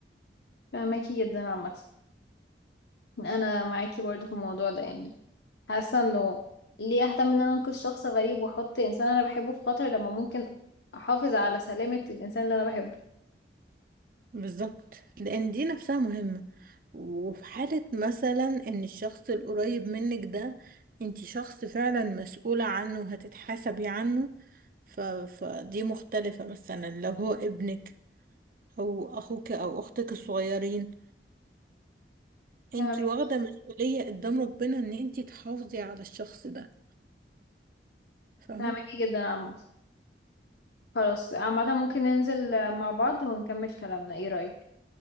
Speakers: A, on the left; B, on the right.
A: فماكي جدا عامة انا معاكي برضه في الموضوع ده يعني حاسة انه ليه اهتم ان انا انقذ شخص غريب واحط انسان انا بحبه في خطر لما ممكن احافظ على سلامة الانسان اللي انا بحبه
B: بالظبط لان دي نفسها مهمة وفي حالة مثلا ان الشخص القريب منك ده انتي شخص فعلا مسؤولة عنه وهتتحاسبي عنه ف... فدي مختلفة مثلا لو هو ابنك او اخوك او اختك الصغيرين انتي
A: فاهمك-
B: واخدة مسؤولية قدام ربنا ان انتي تحافظي على الشخص ده فاهمة
A: فاهماكي جدا عامة خلاص عامة ممكن ننزل مع بعض ونكمل كلامنا ايه رأيك